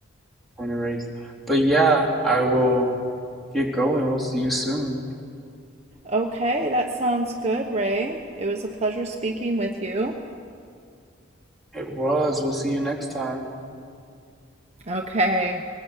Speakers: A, in the centre; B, on the right.
A: born and raised. But yeah, I will get going. We'll see you soon.
B: Okay, that sounds good, Ray. It was a pleasure speaking with you.
A: It was. We'll see you next time.
B: Okay.